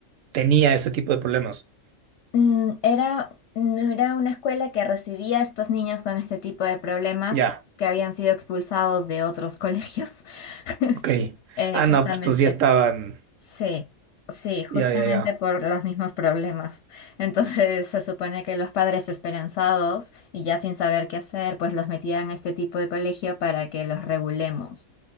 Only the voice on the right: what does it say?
tenía ese tipo de problemas?
Ya,
ok.
Ah,
no, pues estos ya estaban,
ya, ya, ya,